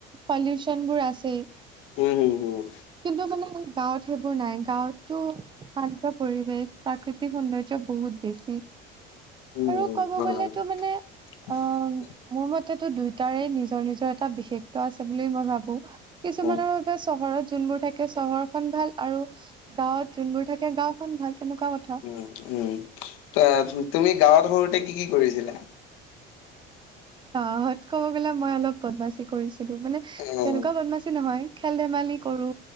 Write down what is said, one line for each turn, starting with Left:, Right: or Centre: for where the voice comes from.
Right: পলিউচন বোৰ আছেই।
Left: উম, হুম, হুম,
Right: কিন্তু মানে গাঁৱত সেইবোৰ নাই। গাঁৱতটো শান্ত পৰিৱেশ, প্ৰাকৃতিক সৌন্দৰ্য্য বহুত বেছি।
Left: উম।
Right: আৰু ক'ব
Left: হয়।
Right: গ'লেতো মানে
Left: <inaudible>
Right: অ', মোৰ মতেটো দুয়টাৰে নিজৰ নিজৰ, এটা বিশেষ আছে বুলি মই ভাবো কিছুমানৰ
Left: উম,
Right: আকৌ চহৰত যোনবোৰ থাকে চহৰখন ভাল আৰু গাঁৱত যোনবোৰ থাকে গাঁওখন ভাল তেনেকুৱা কথা।
Left: উম, উম, ত' তুমি গাঁৱত সৰুতে কি কি কৰিছিলা?
Right: গাঁৱত কব গ'লে মই অলপ বদমাছি কৰিছিলোঁ মানে তেনেকুৱা
Left: উম,
Right: বদমাছ নহয় খেল ধেমালি কৰো